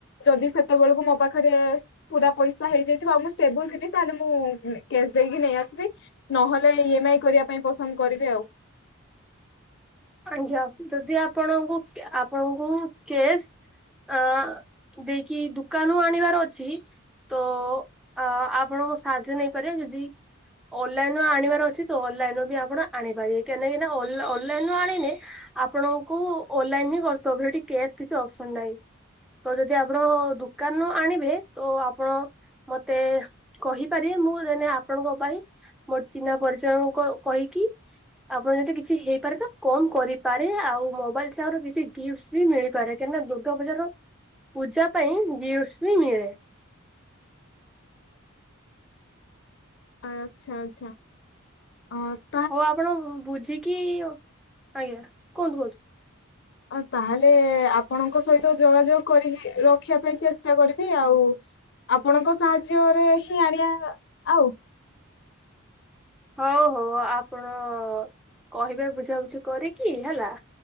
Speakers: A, on the left; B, in the centre.
A: ଯଦି ସେତେବେଳକୁ ମୋ ପାଖରେ। ପୁରା ପଇସା ହେଇଯାଇଥିବ ଆଉ ମୁଁ ଷ୍ଟେବୁଲ ଥିବି ତାହେଲେ ମୁଁ କ୍ୟାସ ଦେଇକି ନେଇ ଆସିବି। ନହେଲେ ଇ ଏମ ଆଇ କରିବା ପାଇଁ ପସନ୍ଦ କରିବେ ଆଉ।
B: ଆଜ୍ଞା ଅ ଯଦି ଆପଣଙ୍କୁ ଆପଣଙ୍କୁ କେସ୍ ଅ ଦେଇକି ଦୋକାନରୁ ଆଣିବାର ଅଛି। ତ ଅ ଆପଣଙ୍କୋ ସାହାଯ୍ୟ ନେଇପାରିବେ ଯଦି ଅନଲାଇନ ଆଣିବାର ଅଛି ତ ଅନଲାଇନୁ ବି ଆପଣ ଆଣିପାରିବେ କାହିଁକି ନା ଅନଲାଇ ଆଣିନେ ଆପଣଙ୍କୁ ଅନଲାଇନ ହିଁ କରିବ ସେଠି୍ୟା କିଛି ଅପସନ ନାହିଁ। ତ ଯଦି ଆପଣ ଦୁୋକାନରୁ ଆଣିବେ ତ ଆପଣ ମତେ କହିପାରିବେ ମୁଁ ଯେ ଆପଣଙ୍କ ପାଇଁ ମୋର ଚିହ୍ନା ପରିଚୟଙ୍କୁ କହିକି ଆପଣ ଯଦି କିଛି ହେଇପାରେ ତ? କମ କରିପାରେ ଆଉ ମୋବାଇଲ ସାଙ୍ଗରେ କିଛି ଗିଫ୍ଟ ବି ମିଳିପାରେ କାହିଁକିନା ଦୁର୍ଗାପୂଜାର ପୂଜା ପାଇଁ ଗିଫ୍ଟ ବି ମିଳେ।
A: ଆଚ୍ଛା ଆଚ୍ଛା ଆ
B: ହଉ ଆପଣ ବୁଝିକି ଆଜ୍ଞା କୁହନ୍ତୁ କୁହନ୍ତୁ।
A: ଆ ତାହେଲେ ଆପଣଙ୍କ ସହିତ ଯୋଗାଯୋଗ କରିବି ରଖିବା ପାଇଁ ଚେଷ୍ଟା କରିବି ଆଉ। ଆପଣଙ୍କ ସାହାଯ୍ୟରେ ହିଁ ଆଣିବା ଆଉ
B: ହଉ ହଉ ଆପଣ କହିବେ ବୁଝାବୁଝି କରିକି ହେଲା।